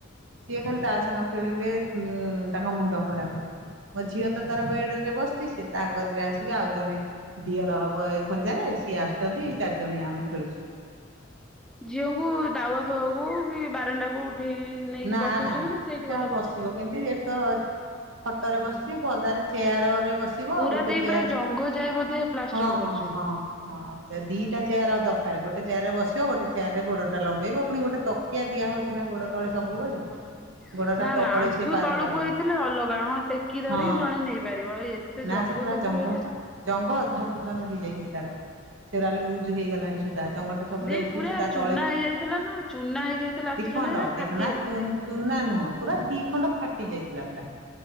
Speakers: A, on the right; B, in the centre.
A: ସିଏ ଖାଲି ତାସ ନ ଖେଳିଲେ ଉଁ ତାଙ୍କ ମୁଣ୍ଡ ଖରାପ ହୁ ମୋ ଝିଅ ତ ତାର ବେଡରେ ବସିଛି ସେ ତା କତିରେ ଆସିକି ଆଉ ଜଣେ ଦିଅର ହବ ଏଇ ଖଞ୍ଜାରେ ସିଏ ଆସୁଛନ୍ତି ଚାରି ଜଣିଆ ଆମେ ଖେଳୁଛୁ।
B: ଝିଅଙ୍କୁ ଦାଉଆ ଫେକୁ କି ବାରଣ୍ଡାକୁ ଉଠେଇ ନେଇକି
A: ନା
B: ବସଉଛନ୍ତି
A: ନା
B: ସେଇଠି
A: ସେ
B: ଗଲା
A: ଆଉ
B: ବସୁଛନ୍ତି?
A: ବସିବ କେମତି ତ ଖଟରେ
B: ହଁ
A: ବସିଛି
B: ହଁ
A: ପଦାରେ ଚେୟାରରେ ବସିବ
B: ପୁରା
A: ଗୋଟେ
B: ଦେଇ
A: ଚେୟାର
B: ପୁରା ଜଙ୍ଘ ଯାଏ ବୋଧେ ପ୍ଲାଷ୍ଟର
A: ହଁ
B: କରୁଛନ୍ତି।
A: ହଁ ହଁ ହଁ ଦିଟା
B: ହୁଁ
A: ଚେୟାର ଆଉ ଦରକାର ଗୋଟେ ଗୋଟେ ଚେୟାରରେ ବସିବ ଗୋଟେ ଚେୟାରରେ ଗୋଡ଼ଟା ଲମ୍ବେଇବ ପୁଣି ଗଟେ ତକିଆ ଦିଆ ହଉଛି ନା ଗୋ ସବୁବେଳେ
B: ହଁ
A: ଗୋଡଟା
B: ନା
A: ତଳେ
B: ନା ଆଣ୍ଠୁ
A: ସିଏ ପାରିପାରିବନି
B: ତଳୁକୁ ହେଇଥିଲେ ଅଲଗା ହଁ ଟେକି ଧରି
A: ହଁ।
B: ଜଣେ ନେଇପାରିବ ଆଉ ଏତେ
A: ନା
B: ଜଙ୍ଘ
A: ସେ ପୁରା
B: ପାଖରୁ
A: ଜଙ୍ଘପା
B: ହେଲେ
A: ଜଙ୍ଘ ଅଧା ପର୍ଯ୍ୟନ୍ତ
B: ହୁଁ।
A: ହେଇଯାଇଛି ତାର। ସେରା ଲୁଜ ହେଇଗଲାଣି ସୁ ତା ଜଙ୍ଗଟା ସବୁବେଳେ
B: ଦେଇ
A: ଉଠୁଛି
B: ପୁରା
A: ତା
B: ଚୂନା
A: ତଳେ
B: ହେଇଯାଇଥିଲା ନା ଚୂନା ହେଇଯାଇଥିଲା
A: ଦିଖଣ୍ଡ
B: ଆକ୍ସିଡେଣ୍ଟ ହେଇଥିଲା
A: ଦି
B: ଫାଟି
A: ନାଁ
B: ଯାଇ
A: ଚୁ-ଚୁନା ନୁହଁ ପୁରା ଦି ଖଣ୍ଡ ଫାଟି ଯାଇଥିଲା ପୁରା।